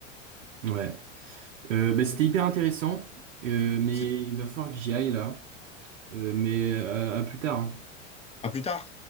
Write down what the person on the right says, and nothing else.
Ouais. Euh, bah, c'était hyper intéressant, euh, mais
il va falloir que j'y aille là. Euh, mais euh, à plus tard, hein.